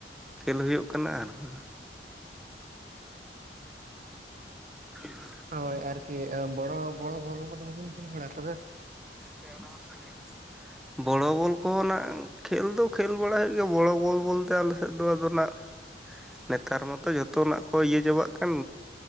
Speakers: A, in the centre; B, on the right.
A: ᱠᱷᱮᱞ ᱦᱳᱭᱳᱜ ᱠᱟᱱᱟ ᱟᱨᱠᱤ᱾ <inaudible>
B: ᱦᱳᱭ ᱟᱨᱠᱤ ᱵᱚᱲᱚ ᱵᱚᱲᱚ ᱵᱚᱞ ᱠᱚᱫᱚ ᱵᱟᱵᱤᱱ ᱠᱷᱮᱞ ᱵᱟᱲᱟ ᱟᱠᱟᱫᱟ?
A: ᱥᱮ ᱚᱱᱟ ᱦᱚᱸ ᱚᱝᱠᱟ ᱜᱮ᱾
B: <unintelligible>
A: ᱵᱚᱲᱚ ᱵᱚᱞ ᱠᱚᱦᱚᱸ ᱱᱟᱜ, ᱠᱷᱮᱞ ᱫᱚ ᱠᱷᱮᱞ ᱵᱟᱲᱟ ᱦᱳᱭᱳᱜ ᱜᱮᱭᱟ, ᱵᱚᱲᱚ ᱵᱚᱞ ᱵᱚᱞᱛᱮ ᱟᱞᱮ ᱥᱮᱫ ᱫᱚ ᱟᱫᱚ ᱱᱟᱜ ᱱᱮᱛᱟᱨ ᱢᱟᱛᱚ ᱡᱷᱚᱛᱚᱱᱟᱜ ᱠᱚ ᱤᱭᱟᱹ ᱪᱟᱵᱟᱜ ᱠᱟᱱ,